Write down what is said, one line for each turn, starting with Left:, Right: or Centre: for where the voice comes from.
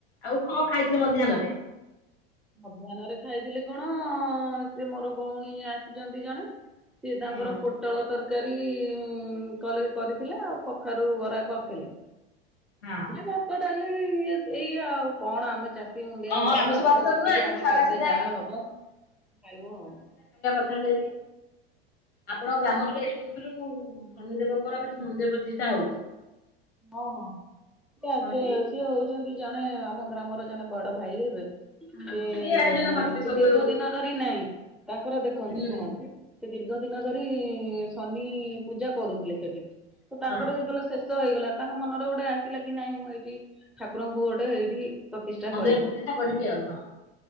Left: ଆଉ କଁ
Centre: ହଁ
Left: ଖାଇଥିଲେ ମଧ୍ୟାହ୍ନରେ।
Centre: ମଧ୍ୟାହ୍ନରେ ଖାଇଥିଲି କଣ ସେ ମୋର ଭଉଣୀ ଆସିଛନ୍ତି ଜଣେ। ସିଏ ତାଙ୍କର
Left: ହଁ
Centre: ପୋଟ୍ ପୋଟଳ ତରକାରୀ ଉଁ କଲେ କରିଥିଲା ଆଉ କଖାରୁ ବରା କରିଥିଲେ।
Left: ହଁ
Centre: ହେଲେ ଭାତ ଡାଲି ଇଏ ଏଇଆ ଆଉ କଣ ଆମେ ଚାଷୀ ମୁଲିଆ
Left: ଓହୋ
Centre: ଘର
Left: ଆମିଷ
Centre: ଆମର
Left: ବାର ତ
Centre: ଯେ
Left: ନୁହେଁ
Centre: ତିକି
Left: ଆଜି
Centre: ଆମ
Left: ସାଧା
Centre: ବାଡିରେ
Left: ସିଧା
Centre: ଯାହା ହବ ଖାଇବୁ ଆଉ।
Left: କଥାରୁ ଆଜି ଆପଣଙ୍କ‌ ଗ୍ରାମରେ ବି ଆଜି ସୁ ମୁଢ଼ି ଥିଲୁ ଶନି ଦବଙ୍କର ଆଉ ଏଠି ମନ୍ଦିର ପ୍ରତିଷ୍ଠା ହଉଛି।
Centre: ହଁ ହଁ ସିଏ ଆକ୍ଚୁଏ
Left: ହଉଛି
Centre: ସିଏ ହେଉଛନ୍ତି ଜଣେ ଆମ ଗ୍ରାମର ଜଣେ ବଡ ଭାଇ ହେବେ।
Left: ହଁ
Centre: ସେ
Left: ସିଏ ଆୟୋଜନ କରିଥିଲେ
Centre: ସେ
Left: ସବୁ
Centre: ଦୀର୍ଘ ଦିନ ଧରି ନାହିଁ ତାଙ୍କର ଦେଖନ୍ତୁ
Left: ହୁଁ।
Centre: ଶୁଣନ୍ତୁ। ସେ ଦୀର୍ଘ ଦିନ ଧରି ଶନି ପୂଜା କରୁଥିଲେ ସେଠି ତ ତାଙ୍କର
Left: ହଁ
Centre: ଯେତେବେଳେ। ସେସ ହେଇଗଲା। ତାଙ୍କ ମନରେ ଗୋଟେ ଆସିଲା କି ନାଇଁ ମୁଁ ଏଇଠି ଠାକୁରଙ୍କୁ ଗୋଟେ ଏଇଠି। ପ୍ରତିଷ୍ଠା
Left: ମନ୍ଦିର
Centre: କରିବି।
Left: ପ୍ରତିଷ୍ଠା କରିବି ଆଉ ହଁ